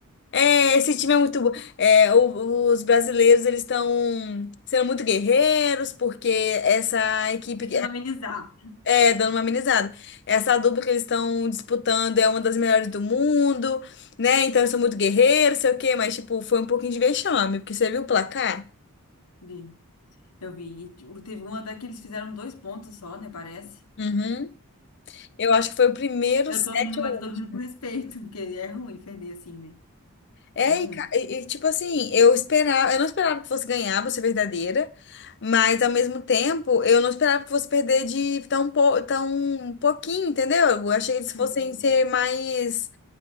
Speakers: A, on the left; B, on the left.
A: é, esse time é muito bom. É, o- os brasileiros, eles estão sendo muito guerreiros, porque essa equipe.
B: Tentando amenizar.
A: É, dando uma amenizada. Essa dupla que eles estão disputando é uma das melhores do mundo, né? Então eu sou muito guerreiro, sei o quê, mas, tipo, foi um pouquinho de vexame, porque você viu o placar?
B: Vi, eu vi. E, tipo, teve uma até que eles fizeram dois pontos só, né? Parece.
A: Uhum. Eu acho que foi o primeiro
B: Eu
A: set
B: tô rindo, mas
A: ou
B: eu tô
A: oito.
B: rindo com respeito, porque é ruim perder assim, né?
A: É,
B: É ruim.
A: e, ca- e- e, tipo assim, eu esperava, eu não esperava que fosse ganhar, vou ser verdadeira, mas ao mesmo tempo, eu não esperava que fosse perder de tão, pou- tão pouquinho, entendeu? Eu achei que eles fossem
B: Uhum.
A: ser mais,